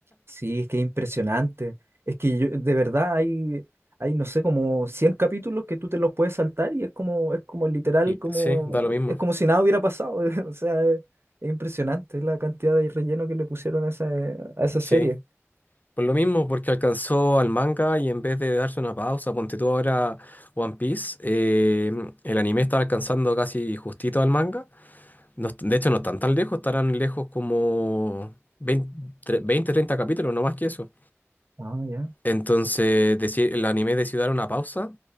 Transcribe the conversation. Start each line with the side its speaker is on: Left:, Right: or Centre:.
Right: sí, es que es impresionante. Es que yo- de verdad hay, hay, no sé, como 100 capítulos que tú te los puedes saltar y es como, es como literal,
Left: Y
Right: como,
Left: sí, da lo mismo.
Right: es como si nada hubiera pasado. <laughs> O sea, es, es impresionante la cantidad de relleno que le pusieron a esa, a esa
Left: Sí,
Right: serie.
Left: por lo mismo, porque alcanzó al manga y en vez de darse una pausa, ponte tú ahora One Piece, eh, el anime está alcanzando casi justito al manga. No est- de hecho, no están tan lejos, estarán lejos como veinte tre- 20, 30 capítulos, no más que eso.
Right: Ah, ya.
Left: Entonces, decir, el anime decidió dar una pausa